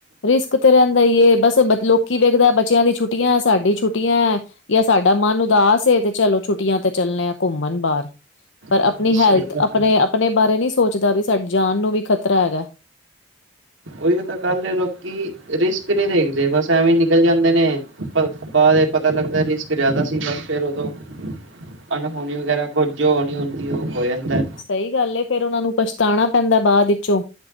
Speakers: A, on the left; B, on the right.
A: ਰਿਸਕ 'ਤੇ ਰਹਿੰਦਾ ਈ ਏ ਬਸ ਬ ਲੋਕੀ ਵੇਖਦਾ ਬੱਚਿਆਂ ਦੀ ਛੁੱਟੀਆਂ, ਸਾਡੀ ਛੁੱ ਟੀਆਂ ਜਾਂ ਸਾਡਾ ਮਨ ਉਦਾਸ ਏ 'ਤੇ ਚਲੋ ਛੁੱਟੀਆਂ 'ਤੇ ਚੱਲੇ ਆ ਘੁੰਮਣ ਬਾਰ। ਪਰ ਆਪਣੀ
B: ਹਾਂ
A: ਹੈਲਥ,
B: ਸਹੀ ਗੱਲ
A: ਆਪਣੇ-ਆਪਣੇ
B: ਹੈ
A: ਬਾਰੇ ਨੀ ਸੋਚਦਾ ਵੀ ਸਾਡੀ ਜਾਨ ਨੂੰ ਵੀ ਖ਼ਤਰਾ ਹੈਗਾ।
B: ਉਈ ਤਾਂ ਗੱਲ ਏ ਲੋਕੀ ਰਿਸਕ ਨੀ ਦੇਖਦੇ ਬਸ ਐਵੇਂ ਨਿਕਲ ਜਾਂਦੇ ਨੇ ਬਾਅਦ ਏ ਪਤਾ ਲੱਗਦਾ ਰਿਸਕ ਜਿਆਦਾ ਸੀਗਾ ਫੇਰ ਉਦੋਂ
A: <inaudible>
B: ਅਣਹੋਣੀ ਵਗੈਰਾ ਕੁੱਝ ਜੋ ਹੋਣੀ ਹੁੰਦੀ ਓ ਹੋ ਜਾਂਦੈ।
A: ਸਈ ਗੱਲ ਏ ਫੇਰ ਉਨਾਂ ਨੂੰ ਪਛਤਾਣਾ ਪੈਂਦਾ ਬਾਅਦ ਵਿੱਚੋਂ।